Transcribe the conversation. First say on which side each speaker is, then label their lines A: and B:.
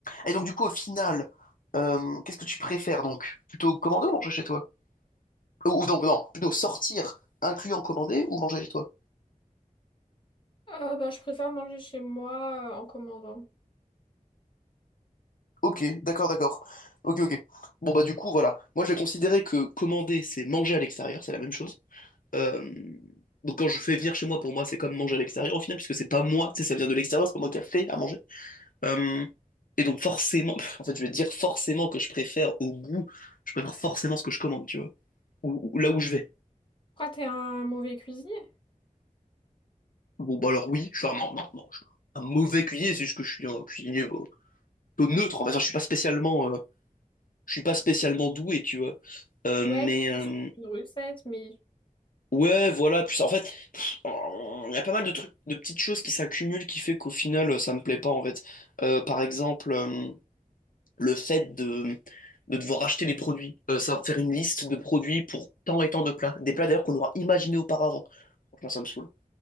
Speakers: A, on the left; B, on the left.
A: Et donc du coup, au final, euh, qu'est-ce que tu préfères donc? Plutôt commander ou manger chez toi? Ou ou donc non, plutôt sortir, incluant commander ou manger chez toi?
B: Euh, bah, je préfère manger chez moi euh, en commandant.
A: Ok, d'accord, d'accord. Ok, ok. Bon bah du coup, voilà. Moi, je vais considérer que commander, c'est manger à l'extérieur, c'est la même chose. Euh, Donc quand je fais venir chez moi, pour moi, c'est comme manger à l'extérieur au final, puisque c'est pas moi, tu sais, ça vient de l'extérieur, c'est pas moi qui a fait à manger. Euh, et donc forcément, <laughs> en fait, je vais te dire forcément que je préfère au goût, je préfère forcément ce que je commande, tu vois, ou, ou là où je vais.
B: Pourquoi t'es un mauvais cuisinier?
A: Bon, bah alors oui, je suis un, non, non, non, je suis un mauvais cuisinier, c'est juste que je suis un cuisinier euh, plutôt neutre, en fait, je suis pas spécialement, euh, je suis pas spécialement doué, tu vois. Euh,
B: Ouais,
A: mais
B: tu
A: euh,
B: sais suivre une recette, mais
A: ouais, voilà, puis en fait, pff, il y a pas mal de trucs, de petites choses qui s'accumulent qui fait qu'au final, euh, ça me plaît pas, en fait. Euh, par exemple. euh, le fait de, de devoir acheter des produits. Euh, ça faire une liste de produits pour tant et tant de plats. Des plats d'ailleurs qu'on aura imaginé auparavant. Franchement, ça me saoule.